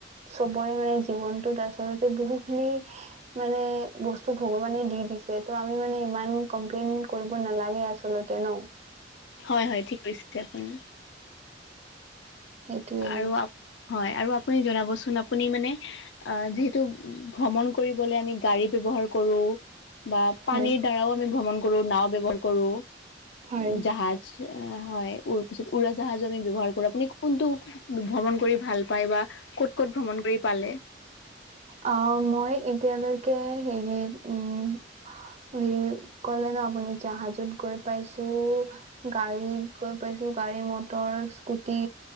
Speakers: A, on the right (about 35°); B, on the left (about 65°).
A: চবৰে মানে জীৱনটোত আচলতে বহুখিনি মানে বস্তু ভগৱানে দি দিছে। ত', আমি মানে ইমান কমপ্লেইন কৰিব নালাগে আচ আচলতে ন!
B: হয়, হয় ঠিক কৈছে আপুনি।
A: সেইটোয়ে
B: আৰু আপ, হয় আৰু আপুনি জনাবচোন, আপুনি মানে আ, যিহেতু ভ্ৰমণ কৰিবলে আমি গাড়ী ব্যৱহাৰ কৰো। বা পানীৰ
A: হয়
B: দ্বাৰাও আমি ভ্ৰমণ কৰো। নাও ব্যৱহাৰ কৰোঁ। ও',
A: হয়
B: জাহাজ এ', হয়। ওৰো পিছত। উৰাজাহাজো আমি ব্যৱহাৰ কৰোঁ। আপুনি কোনটো ভ্ৰমণ কৰি ভাল পায়। বা ক'ত ক'ত ভ্ৰমণ কৰি পালে?
A: অ', মই এতিয়ালৈকে হেৰি, উম হেৰি, ক'লে ন আপুনি! জাহাজত গৈ পাইছো। গাড়ীত গৈ পাইছো গাড়ী, মটৰ, স্কুটি